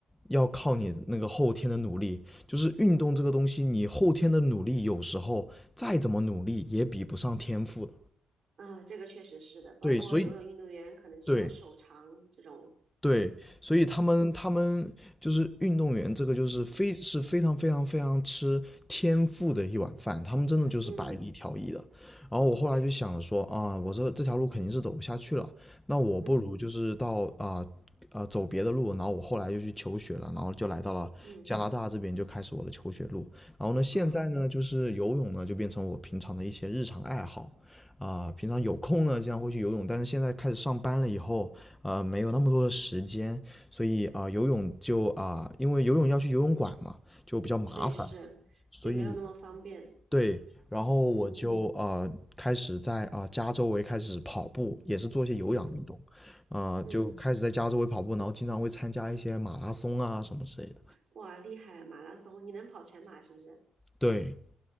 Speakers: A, in the centre; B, on the right (about 55°).
A: 要靠你那个后天的努力，就是运动这个东西，你后天的努力有时候再怎么努力也比不上天赋的。
B: 啊，这个确实是的，包括游泳运动员可能需要手长这种。
A: 对，所以对，对，所以他们他们就是运动员，
B: 嗯
A: 这个就是非是非常非常非常吃天赋的一碗饭，他们真的就是百里挑一的。
B: 嗯
A: 然后我后来就想了说啊，我这这条路肯定是走不下去了，那我不如就是到啊啊、
B: 嗯
A: 走别的路。然后我后来就去求学了，然后就来到了加拿大这边，
B: 嗯，
A: 就开始我的求学路。然后呢，现在呢就是游泳呢就变成我平常的一些日常爱好。
B: 哦，
A: 啊、平常有空呢，经常会去游泳，但是现在开始上班了以后，呃没有那么多的时间，所以啊、呃游泳就啊、因为游泳要去游泳馆嘛，就比较麻烦，
B: 对，是，
A: 所以
B: 就没有那么方便。
A: 对，然后我就啊，
B: 嗯
A: 开始在啊、家周围开始跑步，也是做一些有氧运动，
B: 嗯。
A: 啊、
B: 嗯
A: 就开始在家周围跑步，然后经常会参加一些马拉松啊什么之类的。
B: 哇，厉害！马拉松，你能跑全马是不是？
A: 对，